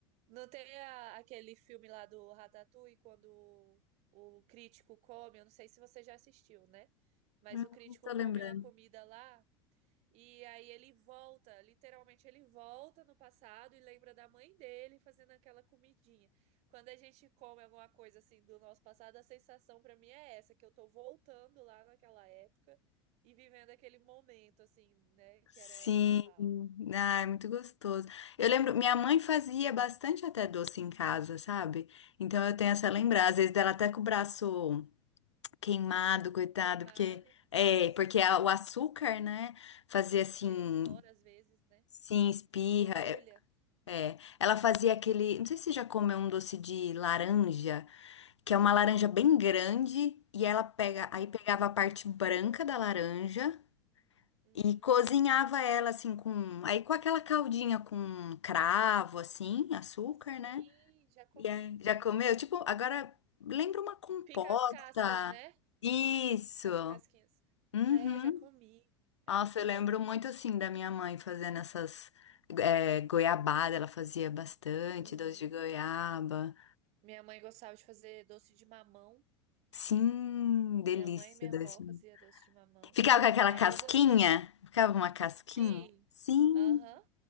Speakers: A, on the right; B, on the left.
A: Não tem a- aquele filme lá do Ratatouille, quando o, o crítico come, eu não sei se você já assistiu, né? Mas
B: Hum,
A: o crítico
B: tô
A: come
B: lembrando.
A: uma comida lá. E aí ele volta, literalmente ele volta no passado e lembra da mãe dele fazendo aquela comidinha. Quando a gente come alguma coisa assim do nosso passado, a sensação pra mim é essa, que eu tô voltando lá naquela época e vivendo aquele momento assim, né, que
B: Sim,
A: era normal.
B: ah, é muito gostoso. Eu lembro, minha mãe fazia bastante até doce em casa, sabe? Então eu tenho essa lembrança, às vezes dela até com o braço queimado, coitado,
A: Queimado,
B: porque é,
A: sim,
B: porque a- o açúcar, né, fazia assim,
A: ele estoura às vezes, né?
B: sim, espirra,
A: Borbulha.
B: é, é. Ela fazia aquele, não sei se você já comeu um doce de laranja, que é uma laranja bem grande e ela pega,
A: Ah,
B: aí pegava a parte branca da laranja
A: uhum.
B: e cozinhava ela assim com, aí com aquela caldinha com cravo assim, açúcar,
A: Sim,
B: né?
A: já comi.
B: E aí, já comeu? Tipo, agora lembra uma compota.
A: Fica as cascas, né?
B: Isso.
A: As casquinhas.
B: Uhum.
A: Né, já comi. É
B: Nossa,
A: muito
B: eu
A: bom.
B: lembro muito assim da minha mãe fazendo essas é, goiabada, ela fazia bastante
A: Uhum.
B: doce de goiaba.
A: Minha mãe gostava de fazer doce de mamão.
B: Sim, delícia
A: Minha mãe e minha
B: doce.
A: avó fazia
B: de-
A: doce de mamão.
B: Ficava com aquela
A: Aí
B: casquinha?
A: eu gostava.
B: Ficava uma casquinha?
A: Sim.
B: Sim,
A: Aham.